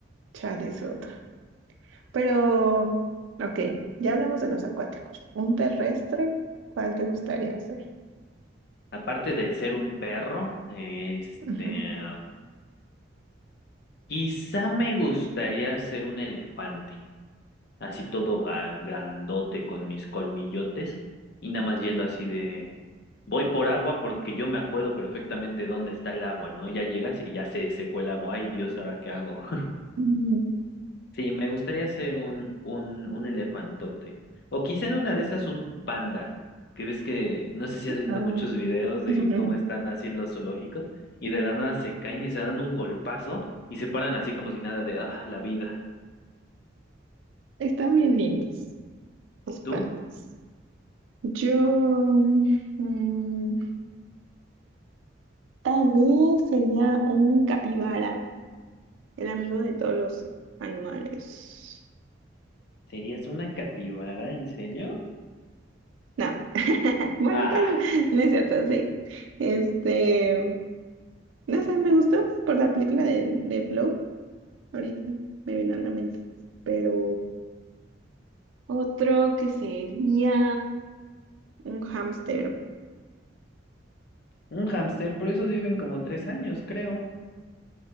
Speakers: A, on the right (about 85°); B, on the left (about 60°).
A: Chale, es otra. Pero, ok, ya hablamos de los acuáticos. Un terrestre, ¿cuál te gustaría hacer?
B: Aparte de ser un perro, este,
A: Ujú.
B: quizá me gustaría ser un elefante, así todo gan- grandote con mis colmillotes y nada más yendo así de, voy por agua porque yo me acuerdo perfectamente dónde está el agua, ¿no? Ya llegas y ya se secó el agua, ay Dios, ¿ahora qué hago?
A: Mm,
B: Sí, me gustaría ser un, un, un elefantote. O quizá en una de esas un panda. Que ves que, no sé si
A: ah,
B: has visto muchos videos
A: <laughs>
B: de cómo están así en los zoológicos y de la nada se caen y se dan un golpazo y se paran así como si nada de, ah, la vida.
A: están bien lindos los pandas.
B: ¿Tú?
A: Yo, mm, tal vez sería un capibara, el amigo de todos los animales.
B: ¿Serías una capibara, en serio?
A: No, <laughs> bueno,
B: Ah,
A: tal vez, no es cierto, sí. Este, no sé, me gustó por la película de, de Flow, ahorita me vino a la mente, pero otro que sería un hámster
B: un hámster, por esos viven como tres años, creo.